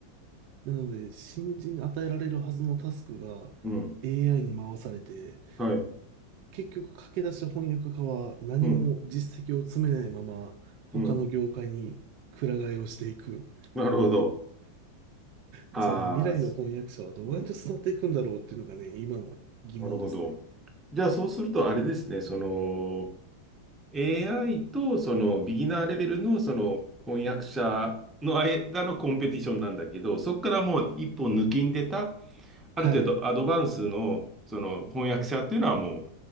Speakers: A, on the right; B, in the centre.
A: なので、新人に与えられるはずのタスクが
B: うん。
A: AI に回されて、
B: はい。
A: 結局駆け出し翻訳家は何も実績を積めないまま、
B: うん。
A: 他の業界にくら替えをしていく。
B: うん。なるほど。ああ、
A: じゃあ、未来の翻訳者はどうやって育っていくんだろうっていうのがね、
B: すうん。
A: 今の疑問ですね。
B: なるほど。じゃあ、そうすると、あれですね、その、AI と、その、ビギナーレベルの、その、翻訳者の間のコンペティションなんだけど、そこからもう一歩抜きんでた、ある程度アドバンスの、
A: はい。
B: その、翻訳者っていうのはもう、